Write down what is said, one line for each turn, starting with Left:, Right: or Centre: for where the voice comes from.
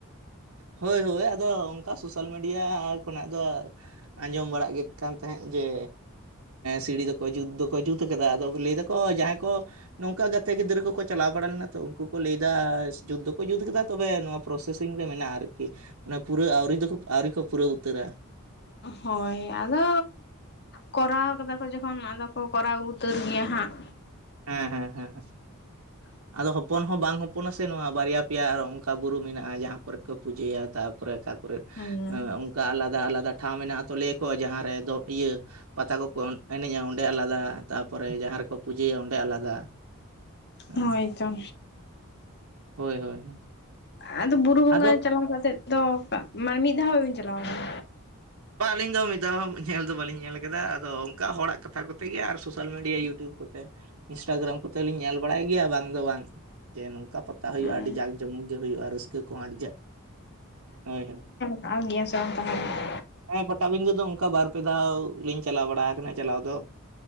Right: ᱦᱳᱭ ᱦᱳᱭ ᱟᱫᱚ ᱚᱱᱠᱟ ᱥᱳᱥᱟᱞ ᱢᱤᱰᱤᱭᱟ ᱠᱷᱚᱱᱟᱜ ᱫᱚ ᱟᱸᱡᱚᱢ ᱵᱟᱲᱟᱜ ᱜᱮ ᱠᱟᱱ ᱛᱟᱦᱮᱸᱫ ᱜᱮ ᱥᱤᱲᱤ ᱫᱚᱠᱚ ᱡᱩᱛ ᱫᱚᱠᱚ ᱡᱩᱛ ᱟᱠᱟᱫᱟ ᱟᱫᱚ ᱞᱟᱹᱭ ᱮᱫᱟᱠᱚ ᱡᱟᱦᱟᱸᱭ ᱠᱚ ᱱᱚᱝᱠᱟ ᱜᱟᱛᱮ ᱜᱤᱫᱽᱨᱟᱹ ᱠᱚᱠᱚ ᱪᱟᱞᱟᱣ ᱵᱟᱲᱟ ᱞᱮᱱᱟ ᱛᱚ ᱩᱱᱠᱩ ᱠᱚ ᱞᱟᱹᱭ ᱮᱫᱟ ᱡᱩᱛ ᱫᱚᱠᱚ ᱡᱩᱛ ᱠᱮᱫᱟ ᱛᱚᱵᱮ ᱱᱚᱣᱟ ᱯᱨᱚᱥᱮᱥ ᱥᱤᱝ ᱨᱮ ᱢᱮᱱᱟᱜᱼᱟ ᱟᱨᱠᱤ ᱢᱟᱱᱮ ᱯᱩᱨᱟᱹ ᱟᱹᱣᱨᱤ ᱫᱚᱠᱚ ᱟᱹᱣᱨᱤ ᱠᱚ ᱯᱩᱨᱟᱹᱣ ᱩᱛᱟᱹᱨᱟ
Left: ᱦᱳᱭ ᱟᱫᱚ ᱠᱚᱨᱟᱣ ᱠᱟᱫᱟ ᱠᱚ ᱡᱚᱠᱷᱚᱱ ᱟᱫᱚ ᱠᱚ ᱠᱚᱨᱟᱣ ᱩᱛᱟᱹᱨ ᱜᱮᱭᱟ ᱦᱟᱸᱜ
Right: ᱦᱮᱸ ᱦᱮᱸ ᱦᱮᱸ ᱦᱮᱸ
Left: <unintelligible>
Right: ᱟᱫᱚ ᱦᱚᱯᱚᱱ ᱦᱚᱸ ᱵᱟᱝ ᱦᱚᱯᱚᱱᱟ ᱥᱮ ᱱᱚᱣᱟ ᱵᱟᱨᱭᱟ ᱯᱮᱭᱟ ᱟᱨ ᱚᱱᱠᱟ ᱵᱩᱨᱩ ᱢᱮᱱᱟᱜᱼᱟ ᱡᱟᱦᱟᱸ ᱠᱚᱨᱮ ᱠᱚ ᱯᱩᱡᱟᱹᱭᱟ ᱛᱟᱯᱚᱨᱮ ᱚᱠᱟ ᱠᱚᱨᱮᱫ
Left: ᱦᱩᱸ
Right: ᱚᱱᱠᱟ ᱟᱞᱟᱫᱟ ᱟᱞᱟᱫᱟ ᱴᱷᱟᱶ ᱢᱮᱱᱟᱜ ᱟᱛᱚ ᱞᱟᱹᱭᱟᱠᱚ ᱡᱟᱦᱟᱸ ᱨᱮ ᱫᱚ ᱤᱭᱟᱹ ᱯᱟᱛᱟ ᱠᱚᱠᱚ ᱮᱱᱮᱡᱼᱟ ᱚᱸᱰᱮ ᱟᱞᱟᱫᱟ ᱛᱟᱯᱚᱨᱮ ᱡᱟᱦᱟᱸ ᱨᱮᱠᱚ ᱯᱩᱡᱟᱹ ᱚᱸᱰᱮ ᱟᱞᱟᱫᱟ ᱦᱮᱸ
Left: ᱦᱳᱭ ᱛᱚ
Right: ᱦᱳᱭ ᱦᱳᱭ
Left: ᱟᱫᱚ ᱵᱩᱨᱩ ᱵᱚᱸᱜᱟ
Right: ᱟᱫᱚ
Left: ᱪᱟᱞᱟᱣ ᱠᱟᱛᱮᱫ ᱫᱚ ᱢᱟᱱᱮ ᱢᱤᱫ ᱫᱷᱟᱣ ᱵᱟᱹᱵᱤᱱ‌ ᱪᱟᱞᱟᱣ ᱟᱠᱟᱱᱟ
Right: ᱵᱟᱝ ᱟᱹᱞᱤᱧ ᱫᱚ ᱢᱤᱫ ᱫᱷᱟᱣ ᱦᱚᱸ ᱧᱮᱞ ᱫᱚ ᱵᱟᱹᱞᱤᱧ ᱧᱮᱞ ᱠᱟᱫᱟ ᱟᱫᱚ ᱚᱱᱠᱟ ᱦᱚᱲᱟᱜ ᱠᱟᱛᱷᱟ ᱠᱚᱛᱮ ᱜᱮ ᱟᱨ ᱥᱳᱥᱟᱞ ᱢᱤᱰᱤᱭᱟ ᱤᱭᱩᱴᱩᱵᱽ ᱠᱚᱛᱮ ᱤᱱᱥᱴᱟᱜᱨᱟᱢ ᱠᱚᱛᱮ ᱞᱤᱧ ᱧᱮᱞ ᱵᱟᱲᱟᱭ ᱜᱮᱭᱟ ᱵᱟᱝ ᱫᱚ ᱵᱟᱝ ᱡᱮ ᱱᱚᱝᱠᱟ ᱯᱟᱛᱟ ᱦᱩᱭᱩᱜᱼᱟ
Left: ᱠᱟᱱᱟ
Right: ᱟᱹᱰᱤ ᱡᱟᱸᱠ ᱡᱚᱢᱚᱠ ᱜᱮ ᱦᱩᱭᱩᱜᱼᱟ ᱨᱟᱹᱥᱠᱟᱹ ᱠᱚᱦᱚᱸ ᱦᱳᱭ ᱦᱳᱭ
Left: ᱟ ᱜᱮᱭᱟᱢ ᱥᱮ ᱵᱟᱝ ᱛᱟᱦᱚᱞ
Right: ᱦᱮᱸ ᱯᱟᱴᱟᱵᱤᱸᱫᱟᱹ ᱫᱚ ᱚᱱᱠᱟ ᱵᱟᱨ ᱯᱮ ᱫᱷᱟᱣ ᱞᱤᱧ ᱪᱟᱞᱟᱣ ᱵᱟᱲᱟ ᱟᱠᱟᱱᱟ ᱪᱟᱞᱟᱣ ᱫᱚ